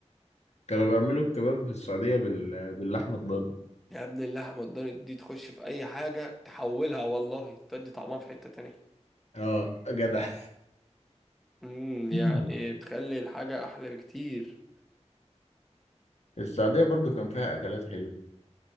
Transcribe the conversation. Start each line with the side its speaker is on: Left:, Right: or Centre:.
Left: كانوا بيعملوا الكباب في السعودية بال... باللحمة الضاني
Centre: يا ابن اللحمة الضاني دي تخش في اي حاجة تحولها والله تدي طعمها في حتة تانية
Left: اه جدع
Centre: امم
Left: <laughs>
Centre: يعني بتخلي الحاجة احلى بكتير
Left: السعودية برضو كان فيها أكلات حلوة